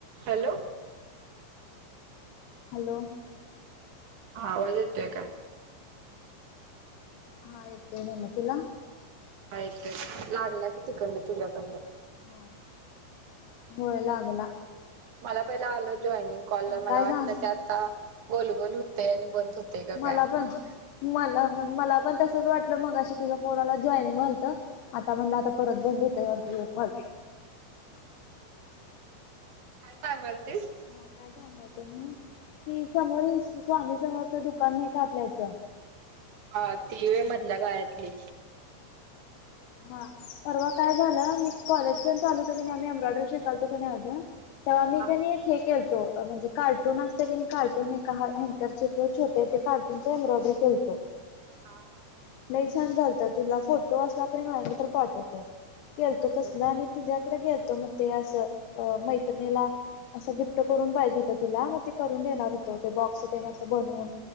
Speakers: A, on the right; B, on the left.
A: हॅलो
B: हॅलो
A: हा आवाज येतोय का?
B: हा येतोय मला तुला?
A: ऐक तर लागला कि तिकडन तुझ्याकडन
B: हा होय लागला
A: मला पहिला आलं जॉइनिंग कॉलला
B: हा
A: मला
B: काय
A: वाटलं
B: सांग
A: ते आता गोलगोल होतय आणि बंद होतय का काय
B: मला
A: म्हणलं
B: पण मला पण मला पण तसच वाटलं मगाशी तुझा कोणाला जॉनिंग आलतं आता म्हणल आता परत बंद होतय वाटत <unintelligible>
A: काय सांगाल तीस
B: हा काय सांगालतो मी कि समोरील स्व स्वामी समर्थ दुकान नाही का आपल्या इथ
A: हा ती होय मधल्या गळ्यातली
B: हा परवा काय झालं मी कॉलेजपर्यंत आलो आम्ही एम्ब्रॉयडरी शिकालतो की नाही अजून तेव्हा मी
A: हा
B: कणी एक हे केलतो म्हणजे कार्टून असते कणी नाही कार्टून एका हा हँकरचे किंवा छोटे ते कार्टून ते एम्ब्रॉयडरी केलतो
A: हा
B: लय छान झालात तुला फोटो असला असलं तर पाठवतो केलतो
A: हा
B: तसल आणि तिच्याकडे गेलतो मग ते असं अ मैत्रिणीला असं गिफ्ट करून पाहिजे होत तिला मग ते करून देणार होत तर बॉक्स तेन अस बनवून